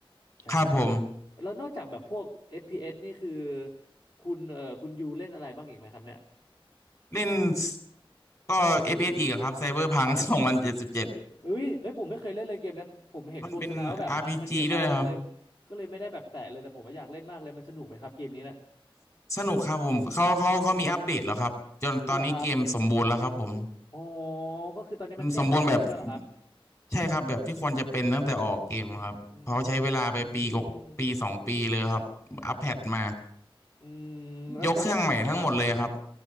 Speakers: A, on the left (about 55°); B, on the left (about 30°).
A: ใช่ครับแล้วนอกจากแบบพวก
B: ครับผม
A: FPS นี่คือคุณเอ่อคุณยูเล่นอะไรบ้างอีกไหมครับเนี่ย
B: เล่นสก็ FPS อฟพีเอสอีกอะครับไซเบอร์พังสองพันเจ็ดสิบเจ็ด
A: เอ้ยเอ้ยผมไม่เคยเล่นเลยเกมเนี้ยผมเห็นโฆษณาว่าแบบบั๊กมันเยอะมากก็เลย
B: มันเป็น RPG ด้วยนะครับ
A: ก็เลยไม่ได้แบบแตะเลยแต่ผมว่าอยากเล่นมากเลยมันสนุกไหมครับเกมนี้เนี่ย
B: สนุกครับผมเขาเขาเขามีอัปเดตแล้วครับ จนตอนนี้เกมสมบูรณ์แล้วครับผม
A: อ๋อเหรอครับอ๋อก็คือตอนนี้มันแก้บั๊กครบแล้วเหรอครับ
B: มันสมบูรณ์แบบใช่ครับแบบที่ควรจะเป็นตั้งแต่ออกเกมครับเขาใช้เวลาไปปีกบปีสองปีเลยครับอัปเดตมา
A: อืมอืมแล้วแสดงว่าครับ
B: ยกเครื่องใหม่ทั้งหมดเลยครับ